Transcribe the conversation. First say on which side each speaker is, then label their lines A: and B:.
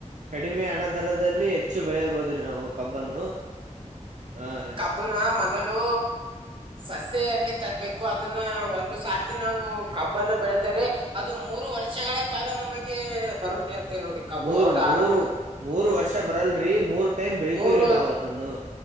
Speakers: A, on the right; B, on the right.
A: ಕಡಿಮೆ ಹಣ ದರದಲ್ಲಿ ಹೆ ಹೆಚ್ಚು ಬೆಳೆಬೋದು ನಾವು ಕಬ್ಬನ್ನು ಹಾ ರೀ.
B: ಕಬ್ಬುನ ಮೊದಲು ಸಸ್ಯ ಅಲ್ಲಿ ತರ್ಬೇಕು ಅದನ್ನ ಒಂದು ಸಾರ್ತಿ ನಾವು ಕಬ್ಬನ ಬೆಳೆದರೆ ಅದು ಮೂರು ವರ್ಷಗಳ ಕಾಲ ನಮಗೆ ಬರುತ್ತೆ ಅಂತ ನೋಡಿ. ಕಬ್ಬು
A: ಮೂರು
B: ಹೌದಾ
A: ಮೂರು ಮೂರು ವರ್ಷ ಬರಲ್ರರಿ ಮೂರು ಟೈಮ್ ಬೆಳತಿವ್ರಿ
B: ಮೂರು
A: ನಾವ್ ಅದನ್ನು.